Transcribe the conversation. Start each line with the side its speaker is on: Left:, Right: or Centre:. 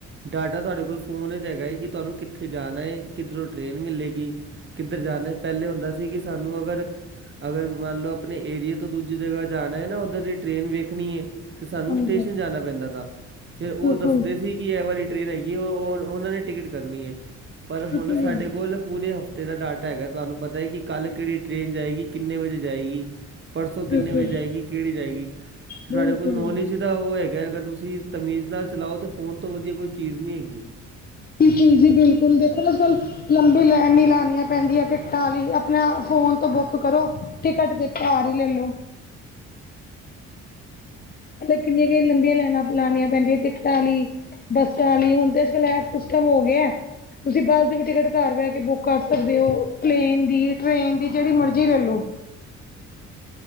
Right: ਡਾਟਾ ਤੁਹਾਡੇ ਕੋਲ ਫੋਨ ਹੈਗਏ ਕਿ ਤੁਹਾਨੂੰ ਕਿੱਥੇ ਜਾਣਾ ਹੈ ਕਿੱਧਰੋਂ ਟ੍ਰਰੇਨ ਮਿਲੇਗੀ। ਕਿੱਧਰ ਜਾਣਾ ਪਹਿਲੇ ਹੁੰਦਾ ਸੀ ਕਿ ਸਾਨੂੰ ਅਗਰ, ਅਗਰ ਮੰਨ ਲਓ ਆਪਣੇ ਏਰੀਏ ਤੋਂ ਦੂਜੀ ਜਗਾ ਜਾਣਾ ਹੈ ਨਾ ਉੱਧਰ ਦੀ ਟ੍ਰੇਨ ਵੇਖਣੀ ਏ ਤੇ ਸਾਨੂੰ
Left: ਹਾਂਜੀ
Right: ਸਟੇਸ਼ਨ ਜਾਣਾ ਪੈਂਦਾ ਤਾ, ਫਿਰ ਉਹ
Left: ਬਿਲਕੁਲ
Right: ਦੱਸਦੇ ਸੀ ਕਿ ਐ ਵਾਲੀ ਟ੍ਰੇਨ ਹੈਗੀ ਉਹ ਉਹਨਾਂ ਨੇ ਟਿਕਟ ਕਰਨੀ ਐ। ਪਰ
Left: ਬਿਲਕੁਲ
Right: ਹੁਣ ਸਾਡੇ ਕੋਲ ਪੂਰੇ ਹਫਤੇ ਤੇਰਾ ਡਾਟਾ ਹੈਗਾ ਤੁਹਾਨੂੰ ਪਤਾ ਹੈ ਕਿ ਕੱਲ੍ਹ ਕਿਹੜੀ ਟ੍ਰੇਨ ਜਾਏਗੀ, ਕਿੰਨੇ ਵੱਜੇ ਜਾਏਗੀ ਪਰਸੋਂ ਕਿੰਨੇ
Left: ਬਿਲਕੁਲ
Right: ਵੱਜੇ ਵਜੇ ਜਾਏਗੀ ਕਿਹੜੀ ਜਾਏਗੀ ਤੁਹਾਡੇ
Left: ਬਿਲਕੁਲ
Right: ਕੋਲ ਨੌਲੇਜ ਈਦਾ ਉਹ ਹੈਗਾ ਅਗਰ ਤੁਸੀਂ ਤਮੀਜ਼ ਨਾਲ ਚਲਾਓ ਤੇ ਫੋਨ ਤੋਂ ਵਧੀਆ ਕੋਈ ਚੀਜ਼ ਨਹੀਂ ਹੈਗੀ।
Left: ਜੀ ਬਿਲਕੁਲ ਦੇਖੋ ਨਾ ਅੱਜ ਕੱਲ੍ਹ ਲੰਬੀ ਲਾਈਨ ਲਾਨੀਆਂ ਪੈਂਦੀ ਆ ਟਿਕਟਾਂ ਲਈ ਆਪਣੇ ਫੋਨ ਤੋਂ ਬੁੱਕ ਤੂੰ ਕਰੋ ਟਿਕਟ ਤੇ ਘਰ ਹੀ ਲੈਲੋ। ਮਤਲਬ ਕਿੰਨੀਆਂ ਕਿਨ ਲੰਬੀਆਂ ਲਾਈਨਾਂ ਲਉਣੀਆਂ ਪੈਂਦੀਆਂ ਟਿਕਟਾਂ ਵਾਲੀ ਬੱਸਾਂ ਲਈ ਹੁਣ ਤੇ ਅੱਜਕਲ ਏਪ ਸਿਸਟਮ ਹੋ ਗਿਆ। ਤੁਸੀਂ ਬੱਸ ਦੀ ਵੀ ਟਿਕਟ ਘਰ ਬਹਿ ਕੇ ਬੁੱਕ ਕਰ ਸਕਦੇ ਹੋ, ਪਲੇਨ ਦੀ, ਟ੍ਰੇਨ ਦੀ ਜਿਹੜੀ ਮਰਜ਼ੀ ਲੈਲੋ।
Right: <inaudible>